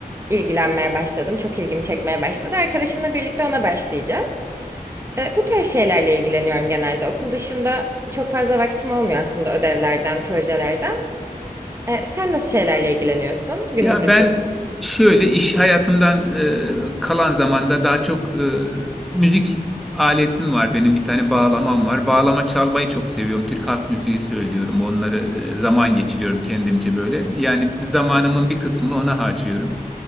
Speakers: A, on the right; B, in the centre.
A: ilgilenmeye başladım. Çok ilgimi çekmeye başladı. Arkadaşımla birlikte ona başlayacağız. E, bu tarz şeylerle ilgileniyorum genelde. Okul dışında çok fazla vaktim olmuyor aslında ödevlerden, projelerden. E, sen nasıl şeylerle ilgileniyorsun günlük
B: Ya
A: rutin?
B: ben şöyle iş hayatımdan e, kalan zamanda daha çok e, müzik aletim var benim bir tane bağlamam var. Bağlama çalmayı çok seviyorum. Türk halk müziği söylüyorum. Onları e, zaman geçiriyorum kendimce böyle. Yani zamanımın bir kısmını ona harcıyorum.